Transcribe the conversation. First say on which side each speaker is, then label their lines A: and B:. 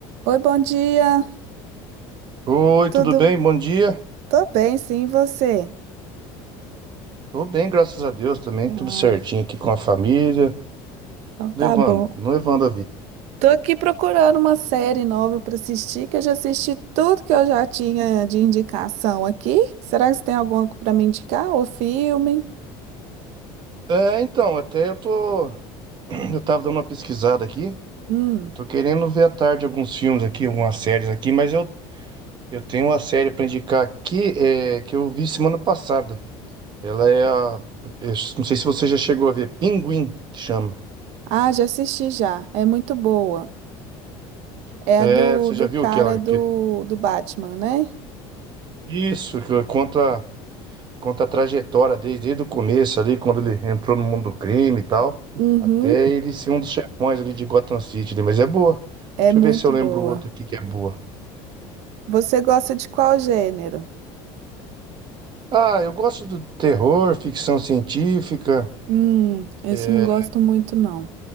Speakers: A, on the right; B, on the right.
A: Oi, bom dia.
B: Oi,
A: Tudo?
B: tudo bem? Bom dia.
A: Tô bem, sim, e você?
B: Tô bem, graças a Deus também.
A: Ah,
B: Tudo certinho aqui com a família.
A: então tá
B: Levando,
A: bom.
B: não levando a vida.
A: Tô aqui procurando uma série nova pra assistir, que eu já assisti tudo que eu já tinha de indicação aqui. Será que você tem alguma pra me indicar? Ou filme?
B: É, então, até eu tô. <clears throat> Eu tava dando uma pesquisada aqui.
A: Hum.
B: Eu tô querendo ver à tarde alguns filmes aqui, algumas séries aqui, mas eu, eu tenho uma série pra indicar aqui é, que eu vi semana passada. Ela é a. eu não sei se você já chegou a ver. Pinguim, que chama.
A: Ah, já assisti já. É muito boa. É
B: É,
A: a do,
B: você
A: do
B: já viu
A: cara
B: aquela?
A: do,
B: Que,
A: do Batman, né?
B: isso, que conta. Conta a trajetória desde, desde o começo ali, quando ele entrou no mundo do crime e tal,
A: Uhum.
B: até ele ser um dos chefões ali de Gotham City, né? Mas é boa.
A: É
B: Deixa
A: muito
B: eu ver se eu lembro
A: boa.
B: outra aqui que é boa.
A: Você gosta de qual gênero?
B: Ah, eu gosto do terror, ficção científica.
A: Hum, esse
B: é,
A: eu não gosto muito, não.